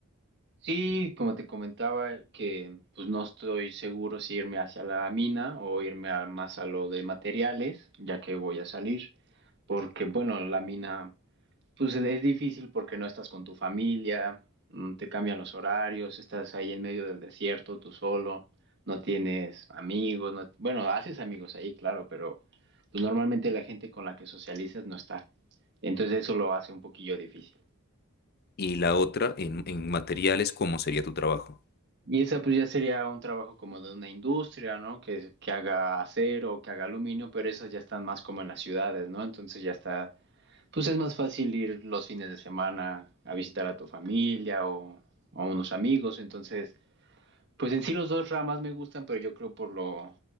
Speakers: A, on the right; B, on the left.
A: Sí, como te comentaba, que pues no estoy seguro si irme hacia la mina o irme a- más a lo de materiales, ya que voy a salir, porque bueno, la mina pues es difícil porque no estás con tu familia, mm, te cambian los horarios, estás ahí en medio del desierto tú solo, no tienes amigos, no- bueno, haces amigos ahí, claro, pero pues normalmente la gente con la que socializas no está. Entonces eso lo hace un poquillo difícil.
B: Y la otra en, en materiales, ¿cómo sería tu trabajo?
A: Y esa pues ya sería un trabajo como de una industria, ¿no? Que, que haga acero o que haga aluminio, pero esas ya están más como en las ciudades, ¿no? Entonces ya está, pues es más fácil ir los fines de semana a visitar a tu familia o o a unos amigos. Entonces, pues en sí los dos ramas me gustan, pero yo creo por lo,